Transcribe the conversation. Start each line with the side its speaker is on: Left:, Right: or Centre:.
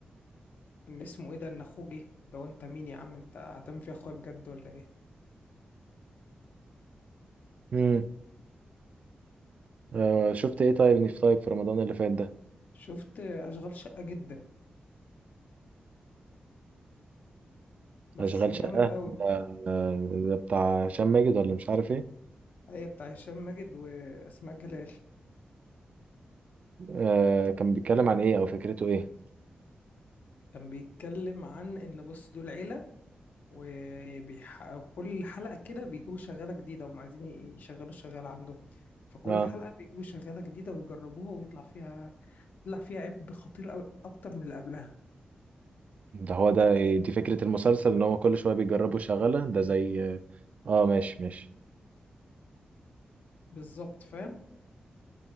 Left: ان اسمه ايه ده ان اخوه جه ده وانت مين يا عم انت هتعمل في اخويا بجد ولا ايه
Right: امم آه شفت ايه طيب اني في طيب في رمضان اللي فات ده
Left: شفت اشغال شقة جدا بس
Right: اشغال
Left: جامد
Right: شقة
Left: قوي
Right: ده آه، ده بتاع هشام ماجد ولا مش عارف ايه
Left: ايوه بتاع هشام ماجد واسماء جلال
Right: آه كان بيتكلم عن ايه او فكرته ايه
Left: كان بيتكلم عن ان بص دول عيله وكل حلقه كده بيجيبوا شغاله جديده وهم عايزين يشغلوا شغاله عندهم فكل
Right: آه.
Left: حلقه بيجيبوا شغاله جديده ويجربوها ويطلع فيها يطلع فيها عيب خطير أوي- اكتر من اللي قبلها
Right: ده هو ده دي فكرة المسلسل ان هو كل شوية بيجربوا شغالة ده زي اه آه، ماشي ماشي
Left: بالظبط فاهم